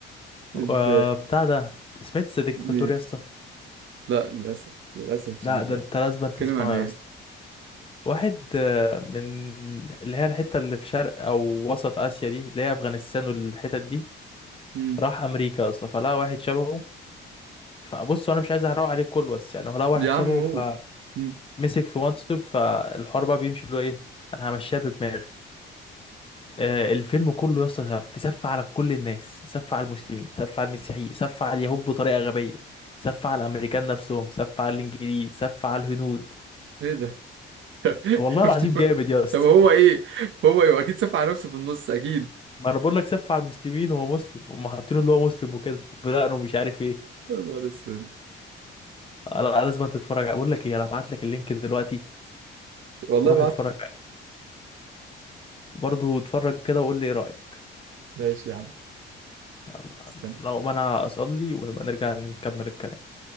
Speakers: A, on the right (about 75°); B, on the left (about 25°).
A: ال
B: آه، بتاع ده سمعت ذا ديكتاتور
A: دي
B: يسطا
A: لا للاسف للاسف الشديد
B: لا ده
A: لا
B: انت لازم تسمعه
A: اتكلم عن ايه
B: يا اسطى. واحد آه، من اللي هي الحتة اللي في شرق أو وسط آسيا دي اللي هي أفغانستان والحتت دي
A: مم.
B: راح أمريكا أصلا فلقى واحد شبهه فبص أنا مش عايز أحرق عليك كله بس يعني هو لقى واحد
A: يا عم
B: شبهه
A: قول
B: فمسك
A: مم.
B: في منصب فالحوار بقى بيمشي اللي هو إيه أنا همشيها بدماغي آه، الفيلم كله يا اسطى سف سف على كل الناس سف على المسلمين سف على المسيحيين سف على اليهود بطريقة غبية سف على الأمريكان نفسهم سف على الإنجليز سف على الهنود
A: ايه ده <laughs>
B: والله العظيم جامد يا اسطى
A: طب هو ايه هو ايه اكيد سف على نفسه في النص اكيد
B: ما انا بقول لك سف على المسلمين هو مسلم هم حاطينه اللي هو مسلم وكده بدأنا ومش عارف ايه
A: يا نهار اسود
B: انا أنا لازم تتفرج عليه. بقول لك ايه انا هبعت لك اللينك دلوقتي
A: والله
B: وروح
A: بعته
B: اتفرج عليه برضه اتفرج كده وقول لي ايه رأيك
A: ماشي يا عم
B: يلا
A: استنى
B: لو ما انا اصلي ونبقى نرجع نكمل الكلام